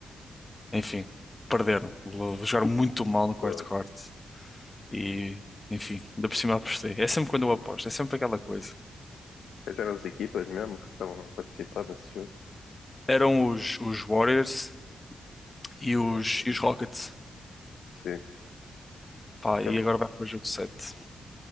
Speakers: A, on the left; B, on the left.
A: enfim, perderam. Jogaram muito mal no quarto
B: Pô,
A: quarto e, enfim, ainda por cima apostei. É sempre quando eu aposto, é sempre aquela coisa.
B: Quais eram as equipas mesmo que estavam a participar nesse jogo?
A: Eram os, os Warriors e os,
B: Uhum.
A: e os Rockets.
B: Sim.
A: Pá, e
B: Tem
A: agora vai para o jogo 7.